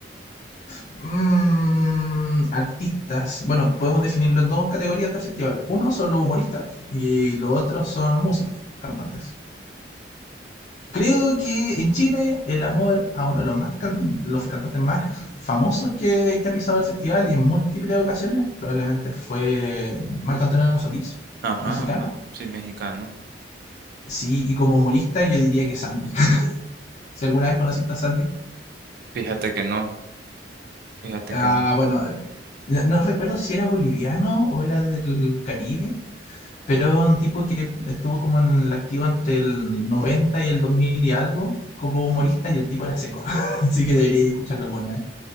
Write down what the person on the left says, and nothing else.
Mm, artistas. Bueno, podemos definirlo en dos categorías del festival. Uno son los humoristas y los otros son músicos, cantantes. Creo que en Chile el amor a uno de los, más can- los cantantes más famosos que, que ha pisado el festival y en múltiples ocasiones probablemente fue Marco Antonio Solís,
mexicano.
Sí, y como humorista yo diría que Sandy. <laughs> Si alguna vez conociste a Sandy.
Ah,
bueno, eh, no no recuerdo si era boliviano o era del Caribe Pero es un tipo que estuvo como en el activo entre el 90 y el 2000 y algo, como humorista, y el tipo era seco. <laughs> Así que deberíais escucharlo alguna vez.